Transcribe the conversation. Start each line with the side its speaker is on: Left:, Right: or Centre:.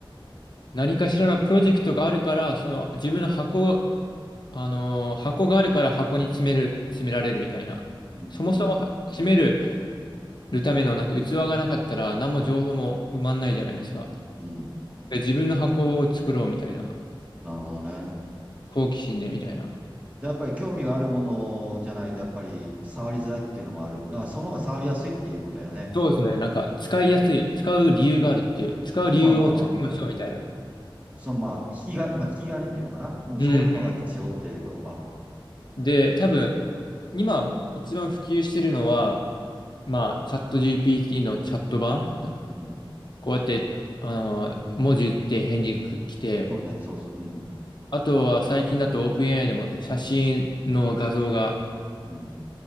Left: 何かしらのプロジェクトがあるから、その自分の箱、あのー箱があるから箱に詰める、詰められるみたいな。
Right: うん。
Left: そもそもは詰める
Right: うん。
Left: ためのなんか器がなかったら何も情報も埋まんないじゃないですか。
Right: うん
Left: で自分の箱を作ろうみたいな。
Right: なるほどね。
Left: 好奇心でみたいな。
Right: で、やっぱり興味があるものじゃないと、やっぱり触りづらいっていうのもある。だからその方が触りやすいっていうことやね。
Left: そうですね。なんか使いやすい、
Right: うん
Left: 使う理由があるっていう、使う理由を作りましょうみたいな。
Right: まあまあまあ、うん。そのまあ、引きが、まあ、引き金っていうのかな。でもそういうのが必要ってことか。
Left: うんうん。で、多分、今一番普及してるのは、まあ、チャット GPT のチャット版、な
Right: うん。
Left: こうやって、あの、文字打って返事く来て、
Right: そうね、そうそう、うん。
Left: あとは最近だと OpenAI でも写真の画像が
Right: うん。